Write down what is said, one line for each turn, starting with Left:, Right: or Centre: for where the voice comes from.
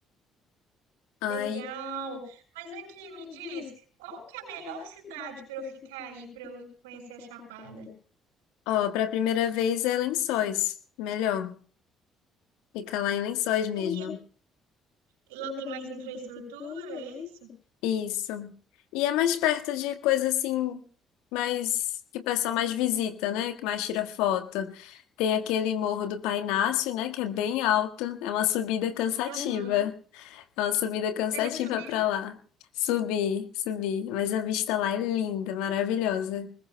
Left: Aí
Right: Legal. Mas aqui me diz, qual que é a melhor cidade para eu ficar aí, para eu conhecer a Chapada?
Left: Ó, para a primeira vez é Lençóis, melhor. Fica lá em Lençóis
Right: Porque
Left: mesmo.
Right: lá tem mais infraestrutura, é isso?
Left: Isso. E é mais perto de coisa assim, mais que o pessoal mais visita, né? Que mais tira foto. Tem aquele Morro do Pai Inácio, né? Que é bem alto. É uma subida cansativa.
Right: Aham.
Left: É uma subida cansativa
Right: Você já subiu?
Left: para lá. Subir, subir. Mas a vista lá é linda, maravilhosa.